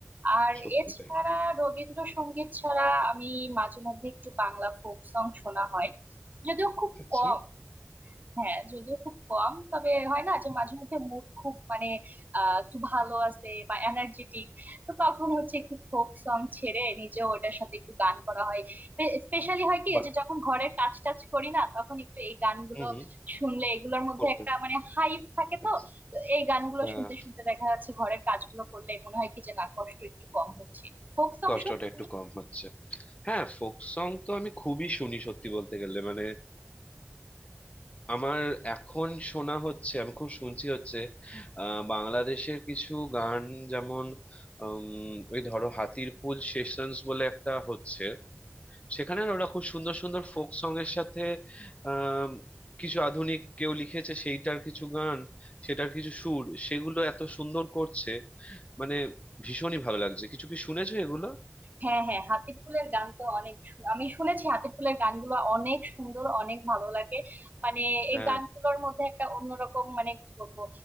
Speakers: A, on the right; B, on the left.
A: আর
B: সত্যি
A: এছাড়া
B: তাই
A: রবীন্দ্রসঙ্গীত ছাড়া আমি মাঝে মধ্যে একটু বাংলা ফোক সং শোনা হয় যদিও খুব
B: আচ্ছা
A: কম হ্যাঁ যদিও খুব কম তবে হয় না যে মাঝে মধ্যে মুড খুব মানে আহ একটু ভালো আছে বা এনার্জেটিক তো তখন হচ্ছে একটু ফোক সং ছেড়ে নিজেও ওটার সাথে একটু গান করা হয় স্পেশালি হয় কি
B: বাহ
A: যে যখন ঘরের কাজ টাজ করি না তখন একটু এই গানগুলো
B: হুম হুম
A: শুনলে এগুলোর মধ্যে
B: করতে
A: একটা মানে হাইপ থাকে
B: আচ্ছা
A: তো তো এই গানগুলো
B: হ্যাঁ
A: শুনতে শুনতে দেখা যাচ্ছে ঘরের কাজগুলো করলে মনে হয় কি যে না কষ্ট একটু কম হচ্ছে ফোক সং
B: কষ্টটা
A: শুনি
B: একটু কম হচ্ছে হ্যাঁ ফোক সং তো আমি খুবই শুনি সত্যি বলতে গেলে মানে আমার এখন শোনা হচ্ছে আমি খুব শুনছি হচ্ছে আহ বাংলাদেশের কিছু গান যেমন উম, ওই ধরো হাতির পুল সেশনস বলে একটা হচ্ছে সেখানে না ওরা খুব সুন্দর সুন্দর ফোক সং এর সাথে আম, কিছু আধুনিক কেউ লিখেছে সেইটার কিছু গান সেটার কিছু সুর সেগুলো এত সুন্দর করছে মানে ভীষণই ভালো লাগছে কিছু কি শুনেছো এগুলো
A: হ্যাঁ হ্যাঁ হাতিফ ফুলের গান তো অনেক শু- আমি শুনেছি হাতিফ ফুলের গানগুলো অনেক সুন্দর অনেক ভালো লাগে মানে
B: হ্যাঁ
A: এই গানগুলোর মধ্যে একটা অন্যরকম মানে কি বলবো